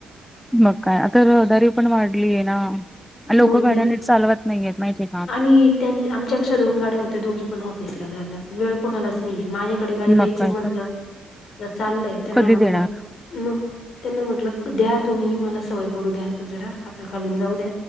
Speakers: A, in the centre; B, on the left.
A: मग काय आता रहदारी पण वाढलीय ना लोक
B: मग
A: गाड्याने
B: मी
A: चालवत नाहीेत माहिती
B: आणि त्यां आमच्या कशा दोन गाड्या होत्या दोघी पण ऑफिसला जातात वेळ कुणालाच नाहीये माझ्याकडे गाडी द्यायचं
A: मग काय
B: म्हटलं
A: तर
B: चाललंय त्यांना
A: कधी
B: म्हंटलं
A: देणार?
B: मग त्यांना म्हटलं द्या तुम्ही मला सवय पडू द्या तर जरा हाता घालून जाऊ द्या